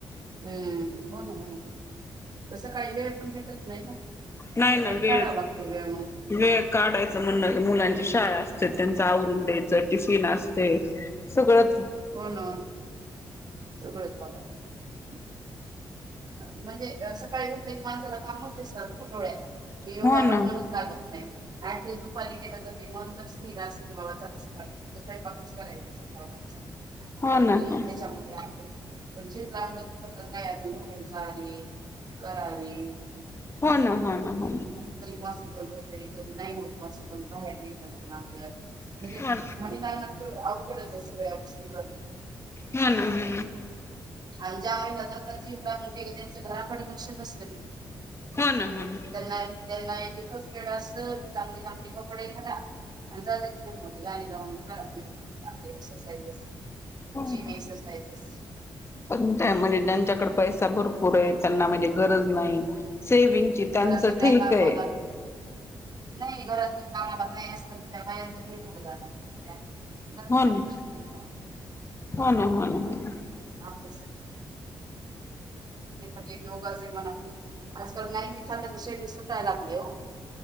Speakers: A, on the right; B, on the left.
A: हम् हो ना, हो ना, हो. तसं काही वेळ पण भेटत नाही ना.
B: नाही
A: सकाळी
B: ना. वेळ
A: काढावा लागतो वेळ मग
B: वेळ -- काढायचं म्हणणं मुलांची शाळा असते. त्यांच आवरून द्यायचं. टिफिन असते. सगळं
A: हो ना. सगळंच बगाव लागतयं. <unintelligible> म्हणजे सकाळी उठले क माणसाला कामच दिसतात डोळ्याला क योगाकड
B: हो ना
A: मनच लागत नाही अऍटेला ते मन तरच केलं असतं की बाबा ला स फक्त स्वंपाकच करायचं संध्याकाळचा
B: हो
A: आणि
B: ना हो
A: त्याच्यामध्ये आपले पण जे प्लं फक्त तयार हो हजारी करारी
B: हो ना हो ना हो ना
A: वास बो धी नाहीत पसबल बाहेर निघ प आप म्हणजे
B: हो
A: महिलांना तर सगळ्या गोष्टी
B: ह ना ह
A: आणि ज्या म्हहि ज का जिंला म्हण ते त्यांच्या घराकडे लक्ष नसत
B: ना हो ना हो
A: त्यांना एकच गेड अस की चांगली चांगली कपडे घाला आणि जातची मो गाणी लाून करा योगा आपले एक्सरसाजेस जी
B: ना
A: म एक्सरसाजेस
B: पण त्या म्हणजे ज्यांच्याकडे पैसा भरपूर आहे त्यांना म्हणजे गरज नाही सेविंगची त्यांचं
A: घरात सगळ्या
B: ठीक
A: कामाला
B: आहे
A: नाही घरात कामाला बाय असतल तर त्या बायांचा वेळ उड झाला त्या जातात
B: हो
A: मग
B: ना
A: अशा जिमला
B: हो ना हो ना हो ना
A: ब हे पण लोगाे मत आजकाल नाही बी खाल्लं तर शरीर सुटायला लागले हो